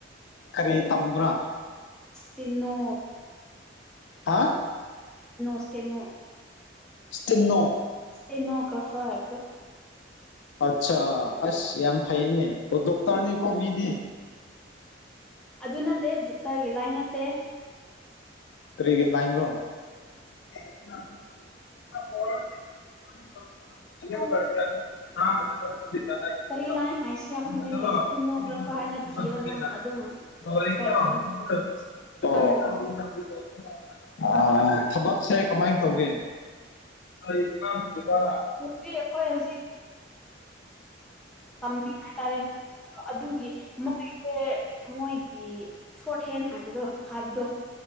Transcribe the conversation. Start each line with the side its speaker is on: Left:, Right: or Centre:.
Left: ꯀꯔꯤ ꯇꯝꯕ꯭ꯔꯥ
Centre: ꯇꯟꯅꯣ
Left: ꯍꯥ
Centre: ꯏꯁꯇꯦꯅꯣ
Left: ꯁꯤꯇꯤꯅꯣ
Centre: ꯁꯇꯦꯅꯣꯒ꯭ꯔꯥꯐꯔ ꯍꯥꯏꯕꯗ
Left: ꯑꯆꯥꯥ ꯑꯁ ꯌꯥꯝ ꯐꯩꯅꯦ ꯑꯣ ꯗꯣꯛꯇꯔꯅꯤ ꯀꯣꯃꯤꯗꯤ
Centre: ꯑꯗꯨ ꯅꯠꯇꯦ ꯗꯣꯛꯇꯔꯒꯤ ꯂꯥꯏ ꯅꯠꯇꯦ
Left: ꯇ꯭ꯔꯤꯒꯤ ꯅꯥꯏꯟ ꯭ꯔꯣ <unintelligible> <unintelligible> <unintelligible>
Centre: <inaudible>
Left: <unintelligible> <unintelligible> <unintelligible> <unintelligible> <unintelligible> <unintelligible> <unintelligible> ꯑꯣ <unintelligible>
Centre: ꯀꯔꯤ ꯂꯥꯏꯟ ꯍꯥꯏꯁꯤꯔꯥ ꯈꯪꯗꯦꯅꯦ ꯁ꯭ꯇꯦꯅꯣꯒ꯭ꯔꯥꯐꯔ ꯍꯥꯏꯅ ꯊꯤꯌꯣ ꯅꯪ ꯑꯗꯨꯝ ꯊꯣꯔꯛꯀꯅꯤ ꯈꯪꯒꯅꯤ
Left: ꯑ ꯊꯕꯛꯁꯦ ꯀꯃꯥꯏꯅ ꯇꯧꯒꯦ ꯏꯗ ꯏꯔ
Centre: ꯍꯧꯖꯤꯛ ꯑꯩꯈꯣꯏ ꯍꯧꯖꯤꯛ ꯃꯤ ꯍꯥꯏꯇꯥꯔꯦ ꯑꯗꯨꯒꯤ ꯃꯣꯏꯁꯦ ꯃꯣꯏꯒꯤ ꯁꯣꯔꯠ ꯍꯦꯟ ꯍꯥꯏꯕꯗꯣ ꯍꯥꯏꯕꯗꯣ